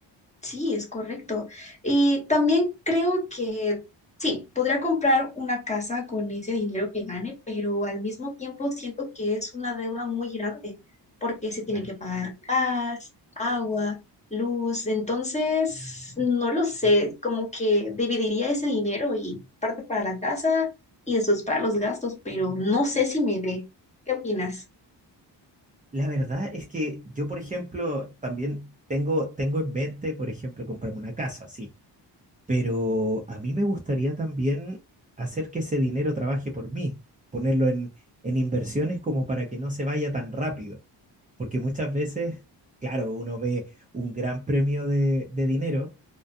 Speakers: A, on the left; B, on the right.
A: Sí, es correcto. Y también creo que sí, podría comprar una casa con ese dinero que gane, pero al mismo tiempo siento que es una deuda muy grande porque se tiene
B: Claro.
A: que pagar gas, agua, luz. Entonces, no lo sé, como que dividiría ese dinero y parte para la casa y después para los gastos, pero no sé si me dé. ¿Qué opinas?
B: La verdad es que yo, por ejemplo, también tengo, tengo en mente, por ejemplo, comprarme una casa, sí Pero a mí me gustaría también hacer que ese dinero trabaje por mí, ponerlo en, en inversiones como para que no se vaya tan rápido, porque muchas veces, claro, uno ve un gran premio de, de dinero,